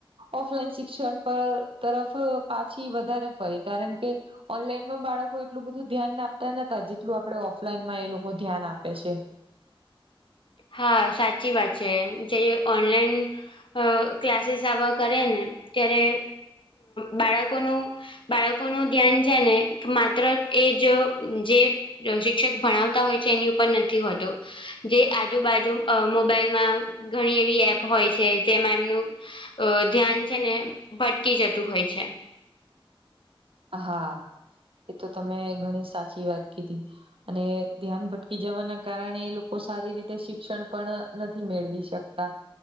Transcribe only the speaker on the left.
હા સાચી વાત છે જે ઓનલાઈન અ ક્લાસીસ આવવા કરે ને ત્યારે બાળકોનું બાળકોનુંું ધ્યાન છે ને માત્ર એ જો જે શિક્ષક ભણાવતા હોય છે એની ઉપર નથી હોતો જે આજુબાજુ મોબાઈલમાં ઘણી એવી એપ હોય છે જેમાં એમનું અ ધ્યાન છે ને ભટકી જતું હોય છે